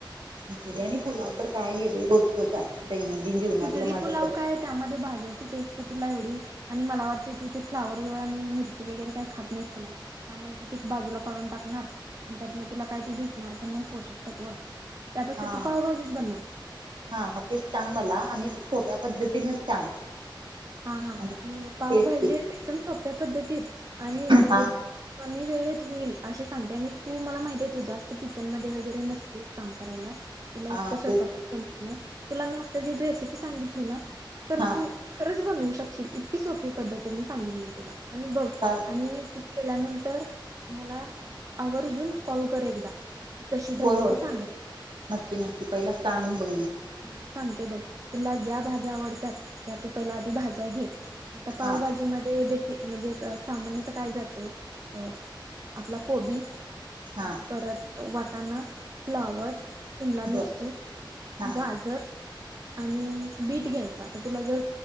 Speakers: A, on the right; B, on the right.
A: खिचडी आणि पुलाव तर काय हे बाई रोजचच आहे. दैनंदिन जीवनातलं
B: खिचडी,
A: माझं
B: पुलाव
A: तर
B: काय त्यामध्ये भाज्याची टेस्ट तर तुला एवढी आणि मला वाटतय तू ते फ्लावर आणि मिरची वगैरे काय खात नाहीस कने त्यामुळ तू तेक बाजूला काढून टाकणार आणि त्यातन तुला काय त भेटणार पण नाय पोषक तत्व त्यापेक्षा
A: हा
B: तू पावभाजीच बनव.
A: हा. मग तेच सांग मला आणि सोप्या पद्धतीनच सांग.
B: हा, हा
A: आणि
B: मी पावभाजी
A: तेच
B: एकदम सोप्या पद्धतीत आणि एकदम
A: हा
B: कमी वेळेत होईल. असे सांगते आणि तू मला माहिती आहे, तु जास्त किचन मध्ये वगैरे नसतेस काम करायला तुला
A: हा
B: इतकं स्वयपाक
A: तेच
B: जमणार नाही, तुला मी आता जी रेसिपी सांगितली ना तर
A: हा
B: तू एकटीच बनवू शकशील इतकी सोपी पद्धतीने मी सांगिन मी तुला आणि बघ
A: हा
B: आणि तू केल्यानंतर मला आवर्जून कॉल कर एकदा की कशी झाल्या
A: होय होय
B: ते सांगायला.
A: नक्की, नक्की! पहिला सांग बघ मी
B: हा सांगतो बघ, तुला ज्या भाज्या आवडत्यात त्या तू पहिला आधी भाज्या घे. आता पावभाजी
A: हा
B: मध्ये बेसिक म्हणजे सामान्यता काय जातय अ आपला कोबी.
A: हा
B: परत वाटाणा. फ्लॉवर. शिमला.
A: बर
B: मिरची.
A: हा
B: गाजर. आणि बीट घ्यायच. आता तुला जर